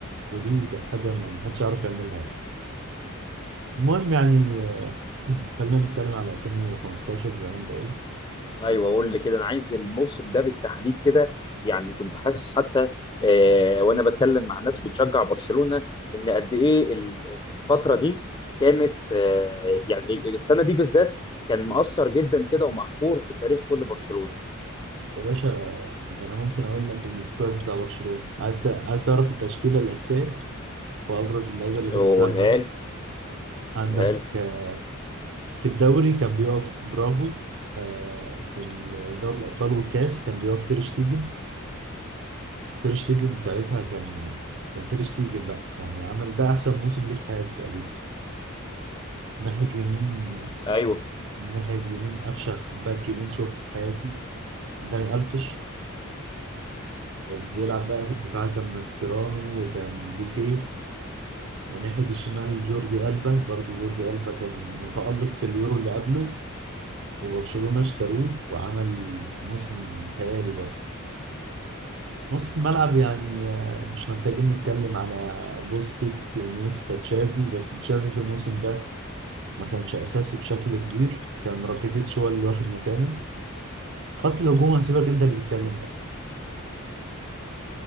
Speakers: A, on the right (about 55°); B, on the left (about 20°).
A: ودي كانت حاجة ما ما حدش يعرف يعملها المهم يعني آه، خلينا نتكلم على 2015 زي ما انت قلت
B: <laughs> ايوه قول لي كده انا عايز الموسم ده بالتحديد كده يعني كنت حاسس حتى آه وانا بتكلم مع ناس بتشجع برشلونه ان قد ايه ال- الفتره دي كانت آه يعني ال- السنه دي بالذات كان مؤثر جدا كده ومحفور في تاريخ كل برشلوني
A: يا باشا ده انا ممكن اقول لك السكواد بتاع برشلونة عايز عايز اعرف التشكيلة الأساسية وأبرز اللعيبة اللي
B: قولها
A: كانت بتلعب معاها
B: لي
A: عندك
B: قولها لي
A: آه، في الدوري كان بيقف برافو آه، في دوري الأبطال والكاس كان بيقف تير شتيجن تير شتيجن ساعتها كان كان تير شتيجن بقى يعني عمل ده احسن موسم ليه في حياته تقريبا ناحيه اليمين
B: ايوه
A: ناحيه اليمين افشخ باك يمين شفته في حياتي داني الفش بيلعب بقى في الدفاع كان ماسكيرانو وكان بيكيه وناحيه الشمال جوردي البا برضه جوردي البا كان متالق في اليورو اللي قبله وبرشلونه اشتروه وعمل موسم خيالي برضه نص الملعب يعني آه، مش محتاجين نتكلم على بوسكيتس انيستا تشافي بس تشافي في الموسم ده ما كانش اساسي بشكل كبير كان راكيتيتش هو اللي واخد مكانه خط الهجوم هسيبك انت اللي تتكلم بقى